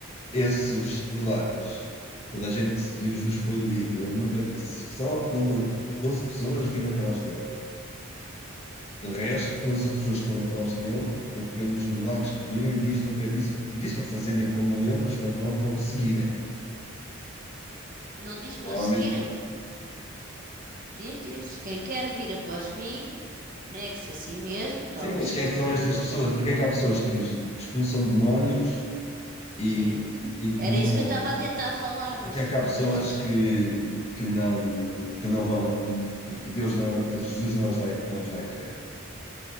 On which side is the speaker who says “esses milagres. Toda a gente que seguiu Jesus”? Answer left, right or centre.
Left